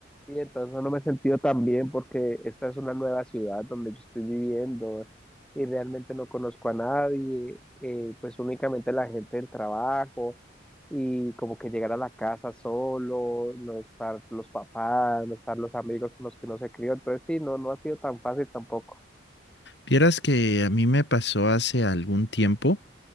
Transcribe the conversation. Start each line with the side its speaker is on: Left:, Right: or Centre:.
Centre: Sí, entonces no me he sentido tan bien porque esta es una nueva ciudad donde yo estoy viviendo y realmente no conozco a nadie, eh, pues únicamente la gente del trabajo y como que llegar a la casa solo, no estar los papás, no estar los amigos con los que no se crió, entonces sí, no, no ha sido tan fácil tampoco.
Left: Vieras que a mí me pasó hace algún tiempo